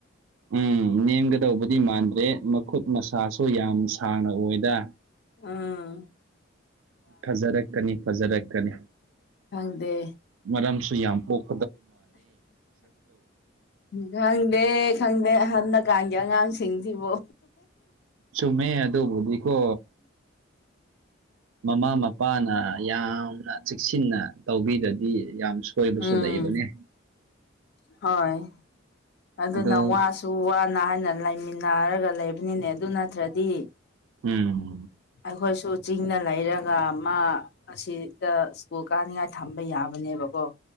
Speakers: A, on the right (about 80°); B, on the left (about 55°).
A: ꯎꯝ ꯅꯦꯝꯒꯗꯧꯕꯗꯤ ꯃꯥꯟꯗ꯭ꯔꯦ ꯃꯈꯨꯠ ꯃꯁꯥꯁꯨ ꯌꯥꯝ ꯁꯥꯡꯅ ꯑꯣꯏꯗ
B: ꯑꯥ
A: ꯐꯖꯔꯛꯀꯅꯤ ꯐꯖꯔꯛꯀꯅꯤ
B: ꯈꯪꯗꯦ
A: ꯃꯔꯝꯁꯨ ꯌꯥꯝ ꯄꯣꯛ
B: ꯈꯪꯗꯦ ꯈꯪꯗꯦ ꯑꯍꯟꯅ ꯀꯥꯟꯒꯤ ꯑꯉꯥꯡꯁꯤꯡꯁꯤꯕꯣ
A: ꯆꯨꯝꯃꯦ ꯑꯗꯨꯕꯨꯗꯤꯀꯣ ꯃꯃꯥ ꯃꯄꯥꯅ ꯌꯥꯝꯅ ꯆꯦꯛꯁꯤꯟꯅ ꯇꯧꯕꯤꯗꯗꯤ ꯌꯥꯝ ꯁꯣꯏꯕꯁꯨ
B: ꯎꯝ
A: ꯂꯩꯕꯅꯦ
B: ꯍꯣꯏ ꯑꯗꯨꯅ
A: ꯑꯗꯣ
B: ꯋꯥꯁꯨ ꯋꯥꯅ ꯍꯥꯏꯅ ꯂꯩꯃꯤꯟꯅꯔꯒ ꯂꯩꯕ ꯅꯦ ꯑꯗꯨ ꯅꯠꯇ꯭ꯔꯗꯤ
A: ꯎꯝ
B: ꯑꯩꯈꯣꯏꯁꯨ ꯆꯤꯡꯅ ꯂꯩꯔꯒ ꯃꯥ ꯑꯁꯤꯗ ꯁ꯭ꯀꯨꯜ ꯀꯥꯅꯤꯡꯉꯥꯏ ꯊꯝꯕ ꯌꯥꯕꯅꯦꯕꯀꯣ